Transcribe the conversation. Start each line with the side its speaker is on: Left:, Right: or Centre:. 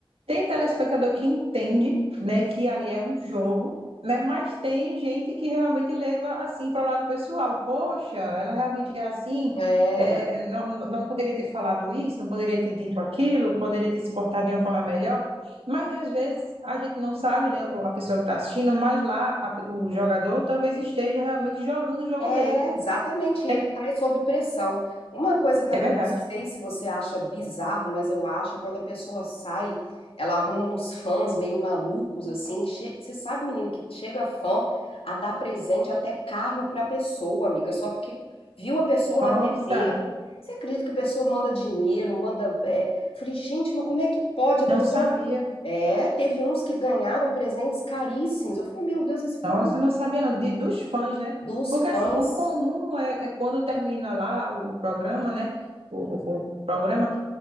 Right: tem telespectador que entende, né, que ali é um jogo, né, mas tem gente que realmente leva assim para o lado pessoal. Poxa, ela realmente é assim,
Left: É.
Right: é, é, não, não poderia ter falado isso, não poderia ter dito aquilo, poderia ter se portado de uma forma melhor. Mas às vezes a gente não sabe, né, a pessoa que está assistindo, mas lá a- o jogador talvez esteja realmente jogando o jogo
Left: É,
Right: dele.
Left: exatamente,
Right: né?
Left: ele está sob pressão. Uma coisa também,
Right: É verdade.
Left: não sei se você acha bizarro, mas eu acho, é quando a pessoa sai, ela arruma uns fãs meio malucos, assim. que che- Você sabe, menino, que chega fã a dar presente até carro pra pessoa, amiga, só porque viu a pessoa
Right: Nossa,
Left: na TV. Você acredita que a pessoa manda dinheiro, manda. é, Eu Falei, gente, mas como é que pode a
Right: não
Left: pessoa.
Right: sabia.
Left: É, teve uns que ganharam presentes caríssimos. Eu falei, meu Deus, esse povo
Right: Nossa, eu não sabia não, de- dos fãs, né?
Left: dos
Right: Porque assim,
Left: fãs.
Right: o comum é, é quando termina lá o, o programa, né? O, o o programa